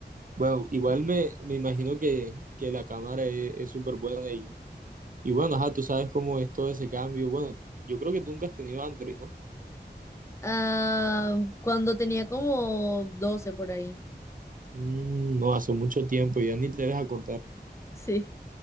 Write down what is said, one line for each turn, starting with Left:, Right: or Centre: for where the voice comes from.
Right: Bueno, igual me, me imagino que, que la cámara es es súper buena y, y bueno, ajá, tú sabes cómo es todo ese cambio. Bueno, yo creo que tú nunca has tenido Android, ¿no?
Left: Ah, cuando tenía como 12 por ahí.
Right: Mm, no, hace mucho tiempo, ya ni te dejas acordar.
Left: <laughs> Sí.